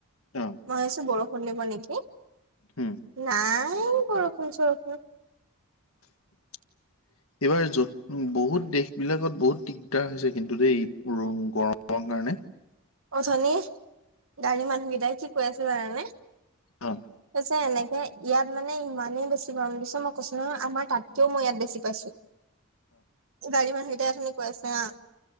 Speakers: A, on the left; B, on the right.
A: অ',
B: মই ভাবছো বৰষুণ দিব নেকি।
A: উম।
B: নাই বৰষুণ চৰষুণ।
A: <unintelligible> এইবাৰ য বহুত দেশ বিলাকত বহুত দিগদাৰ হৈছে কিন্তু দেই গৰম। কাৰণে।
B: অথনি গাড়ীৰ মানুহকেইটাই কি কৈ আছে জানে।
A: অ', অ',
B: ত চ লাইক। ইয়াত মানে ইমানেই বেছি গৰম বুলিছ মই কৈছো নহয় আমাৰ তাতকেও মই ইয়াত বেছি। পাইছো গাড়ী মানু সেইটাই আখিন কৈ আছে না।